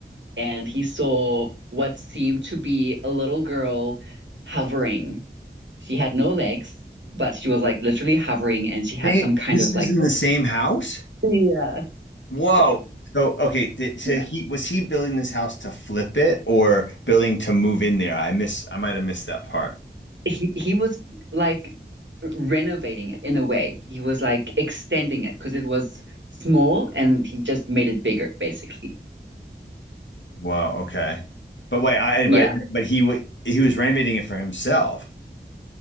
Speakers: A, on the right; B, on the left.
A: and he saw what seemed to be a little girl hovering. She had no legs, but she was like literally hovering and she had
B: They,
A: some kind
B: this
A: of
B: was
A: like
B: in the same house?
A: Yeah.
B: Whoa. So, okay, did, so
A: yeah.
B: he was he building this house to flip it or building to move in there? I miss I might have missed that part.
A: he, he was like renovating it in a way. He was like extending it because it was small and he just made it bigger, basically.
B: Wow, okay. But wait, I but,
A: Yeah.
B: but he wa- he was renovating it for himself.